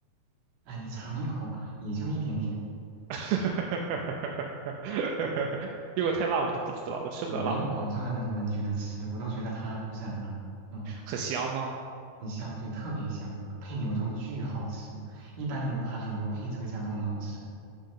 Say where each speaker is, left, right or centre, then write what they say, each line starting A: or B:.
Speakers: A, on the right; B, on the right.
A: 哎，你尝一口吧，也就一点点。
B: <laughs> 如果太辣我就不吃了，我吃不了辣，
A: 我我一个广州人，我都能觉得吃，我都觉得它不是很辣。嗯，
B: 很香吗？
A: 很香，对，特别香，配牛肉巨好吃。一般牛扒很多配这个酱都很好吃。